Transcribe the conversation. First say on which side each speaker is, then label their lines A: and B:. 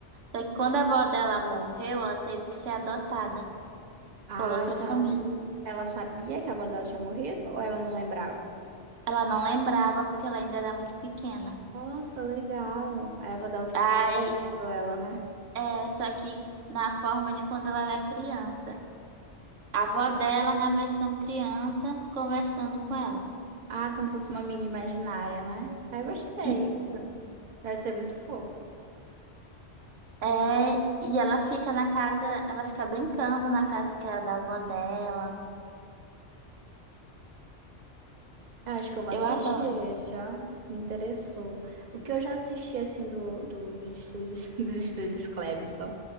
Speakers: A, on the right; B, on the right.
A: Só que quando a avó dela morreu, ela teve que ser adotada
B: Ah,
A: por outra
B: então
A: família.
B: ela sabia que a avó dela tinha morrido ou ela não lembrava?
A: Ela não lembrava porque ela ainda era muito pequena.
B: Nossa, legal. Aí a avó dela ficou
A: Aí,
B: te protegendo ela, né?
A: é, só que na forma de quando ela era criança. A avó dela na versão criança conversando com ela.
B: Ah, como se fosse uma amiga imaginária, né? Ah, gostei.
A: Isso.
B: Deve ser muito fofo.
A: É, e ela fica na casa, ela fica brincando na casa que era da avó dela.
B: Ah, acho que eu vou
A: Eu
B: assistir
A: adoro.
B: esse, ó. Me interessou. O que eu já assisti, assim, do, dos estúdios, <laughs> dos estúdios Cleberson